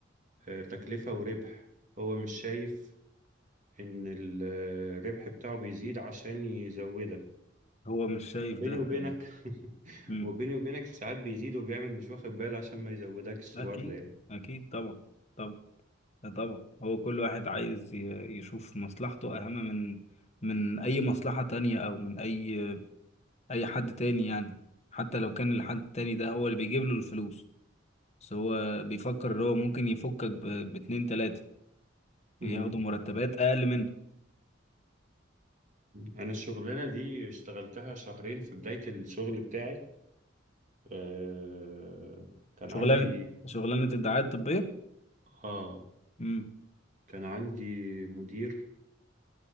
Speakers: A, on the right; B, on the left.
A: آه، تكلفة وربح هو مش شايف إن ال- آه، الربح بتاعه بيزيد عشان يزودك
B: هو مش شايف
A: وبيني
B: ده
A: وبينك
B: حقيقي.
A: <laughs>
B: مم.
A: وبيني وبينك ساعات بيزيد وبيعمل مش واخد باله عشان ما يزودكش
B: أكيد
A: برضه يعني
B: أكيد طبعا طبعا طبعا هو كل واحد عايز ي- يشوف مصلحته أهم من من أي مصلحة تانية أو من أي أي حد تاني يعني حتى لو كان الحد التاني ده هو اللي بيجيب له الفلوس بس هو بيفكر إن هو ممكن يفكك ب- باتنين تلاتة
A: مم.
B: ياخدوا مرتبات أقل منه
A: أنا الشغلانة دي اشتغلتها شهرين في بداية الشغل بتاعي آه، كان
B: شغلانة
A: عندي
B: شغلانة الدعاية الطبية
A: اه
B: مم.
A: كان عندي مدير